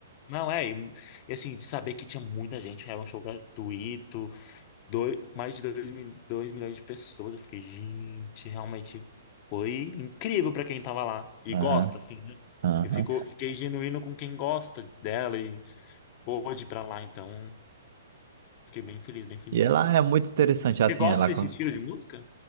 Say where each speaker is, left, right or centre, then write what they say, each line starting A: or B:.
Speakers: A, on the left; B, on the right.
A: Não, é, e, e assim, de saber que tinha muita gente, era um show gratuito, Dois, mais de dois mil dois milhões de pessoas. Eu fiquei, gente, realmente foi incrível pra quem tava lá e
B: Aham,
A: gosta, assim, né?
B: aham.
A: Eu fico, fiquei genuíno com quem gosta dela e pôde ir pra lá, então fiquei bem feliz, bem feliz.
B: E ela é muito interessante, assim,
A: Você gosta
B: ela.
A: desse estilo de música?